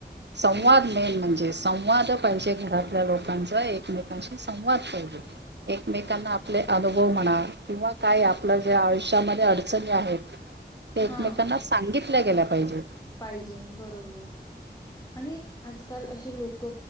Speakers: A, on the right; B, on the left.
A: संवाद
B: हो.
A: मेन म्हणजे संवाद पाहिजे. घरातल्या लोकांचा एकमेकांशी संवाद पाहिजे. एकमेकांना आपले अनुभव म्हणा किंवा काय आपलं ज्या आयुष्यामध्ये अडचणी आहेत. ते
B: हां,
A: एकमेकांना, सांगितल्या गेल्या पाहिजे.
B: पाहिजे बरोबर आणि आजकाल असे लोक